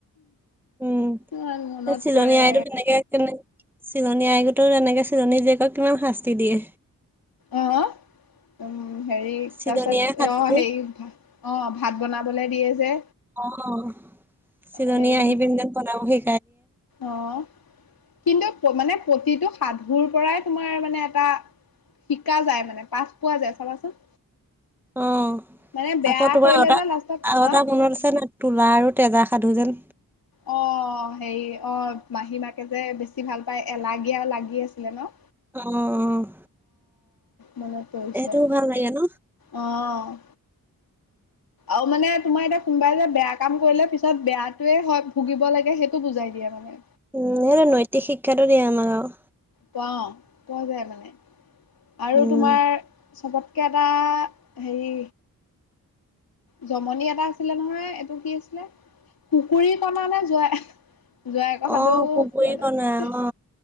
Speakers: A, in the centre; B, on the left.
A: উম,
B: ইমান মনত
A: চিলনী
B: পৰে
A: আইটো তেনেকে কেনে, চিলনী আই গোতৰ তেনেকে চিলনী জীয়েকক কিমান শাস্তি দিয়ে।
B: অ' হেৰি
A: চিলনী
B: তাৰপিছত,
A: আই সাধুতো
B: এ হেৰি অ ভাত বনাবলে দিয়ে যে।
A: অ', চিলনী
B: হেৰি
A: আহি পিনে যেন বনাবহি
B: অ', কিন্ত মানে প্ৰতিটো সাধুৰ পৰাই তোমাৰ মানে এটা শিকা যায় মানে পাঠ পোৱা যায় চাবাচোন।
A: অ',
B: মানে বেয়া
A: আকৌ তোমাৰ
B: কৰিলে
A: আৰু এটা
B: যে লাষ্টত
A: আৰু এটা
B: অ
A: মনত আছে নাই, তোলা আৰু তেজা? সাধু যেন
B: অ', হেৰি অ', মাহী মাকে যে বেছি ভাল পায় এলাগী আৰু লাগি আছিলে ন?
A: অ'।
B: মন পৰিছে,
A: সেইটোও ভাল লাগে ন
B: অ'। আৰু মানে তোমাৰ এতিয়া কোনোবাই যে বেয়া কাম কৰিলে পিছত বেয়াটোৱে হয় ভুগিব লাগে সেইটো বুজাই দিয়ে মানে।
A: উম, সেইটো নৈতিক শিক্ষাটো দিয়ে আমাৰ গাওঁ।
B: পাওঁ। পোৱা যায় মানে আৰু
A: উম,
B: তোমাৰ চবতকে এটা হেৰি জমনি এটা আছিলে নহয় এইটো কি আছিলে, কুকুৰি কণা নে যোৱা জোৱাইৰ
A: অ
B: সাধু
A: পুখুৰী
B: বেলেগ
A: কণা অ